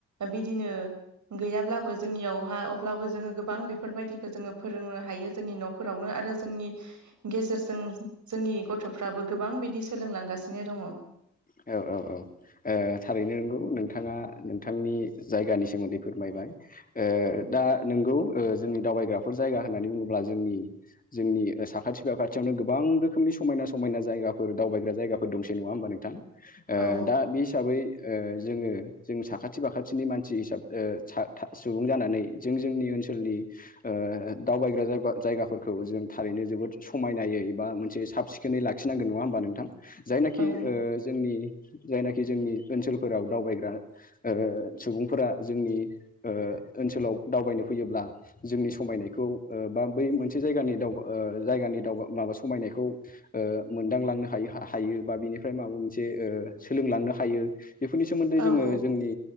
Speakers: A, on the right (about 70°); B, on the left (about 30°).
A: बिदिनो गैयाब्लाबो जोंनियावहा अब्लाबो जोङो गोबां बेफोरबायदिखो जोङो फोरोंनो हायो जोंनि न फोरावनो आरो जोंनि गेजेरजों जोंनि गथफ्राबो गोबां बिदि सोलोंलांगासिनो दङ।
B: औ औ औ। ओ थारैनो नोंगौ नोंथाङा नोंथांनि जायगानि सोमोन्दै फोरमायबाय। ओ दा नोंगौ ओ जोंनि दावबायग्राफोर जायगा होननानै बुङोब्ला जोंनि जोंनि ओ साखाथिफोराव खाथियावनो गोबां रोखोमनि समायना समायना जायगाफोर दावबायग्रा जायगाफोर दंसै नङा होमबा नोंथां। ओ
A: औ
B: दा बे हिसाबै ओ जोङो जों साखाथि फाखाथिनि मानसि हिसाब ओ सा था सुबुं जानानै जों जोंनि ओनसोलनि ओ दावबायग्रा जायबा जायगाफोरखौ जों थारैनो जोबोद समायनायै एबा मोनसे साबसिख खोनै लाखिनांगोन नङा होमबा नोंथां? जायनाखि
A: औ
B: ओ जोंनि जायनाखि जोंनि ओनसोलफोराव दावबायग्रा ओ सुबुंफोरा जोंनि ओ ओनसोलाव दावबायनो फैयोब्ला जोंनि समायनायखौ ओ बा बै मोनसे जायगानि दावबा ओ जायगानि दावबा माबा समायनायखौ ओ मोनदांलांनो हायो हा हायो बा बिनिफ्राय माबा से ओ सोलोंलांनो हायो बेफोरनि सोमोन्दै
A: औ
B: जोङो
A: औ
B: जोंनि